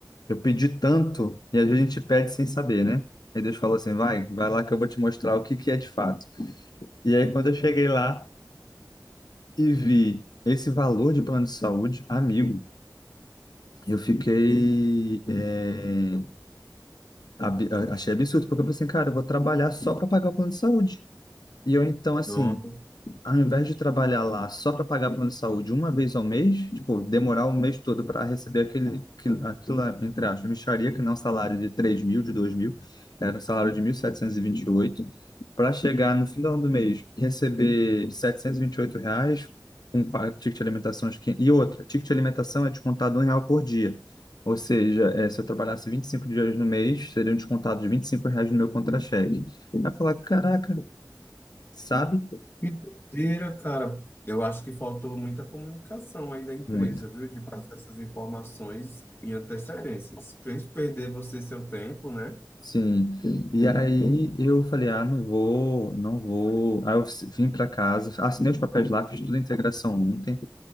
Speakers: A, on the left (about 70°); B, on the left (about 35°).
A: eu pedi tanto e às vezes a gente pede sem saber, né? Aí Deus falou assim, vai, vai lá que eu vou te mostrar o que que é de fato. E aí quando eu cheguei lá e vi esse valor de plano de saúde, amigo, eu fiquei. é, ab- a- achei absurdo, porque eu falei assim, cara, eu vou trabalhar só para pagar o plano de saúde. E eu, então, assim,
B: Não,
A: ao invés de trabalhar lá só para pagar plano de saúde uma vez ao mês, tipo, demorar o mês todo para receber aquele, aquilo, aquela, entre aspas, mixaria, que não é um salário de 3 mil, de 2 mil, era um salário de mil setecentos e e vinte e oito, para chegar no final do mês e receber 728 reais com fa- ticket de alimentação. acho que- E outra, ticket de alimentação é descontado um real por dia. Ou seja, eh, se eu trabalhasse 25 dias no mês, seriam descontados 25 reais no meu contra-cheque. Vai falar, caraca, sabe?
B: que doideira, cara. Eu acho que faltou muita comunicação aí da empresa,
A: Muito.
B: viu? De passar essas informações em antecedência. Fez perder você seu tempo, né?
A: Sim. E aí eu falei, ah, não vou, não vou. Aí eu vim para casa, assinei os papéis lá, fiz tudo a integração ontem.